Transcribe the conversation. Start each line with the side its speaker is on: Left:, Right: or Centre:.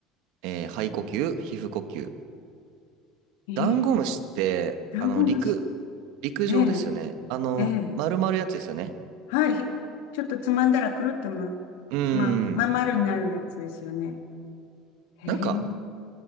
Right: えー肺呼吸、皮膚呼吸。
Left: ええ、
Right: ダンゴムシって、
Left: ダンゴムシ。
Right: あの、陸、陸上ですよね。
Left: ええ、
Right: あの、
Left: ええ。
Right: 丸々やつですよね。
Left: はい。ちょっとつまんだらくるっとま、
Right: うー
Left: ま、まん丸になるやつですよね。
Right: ん。
Left: へえ、
Right: なんか、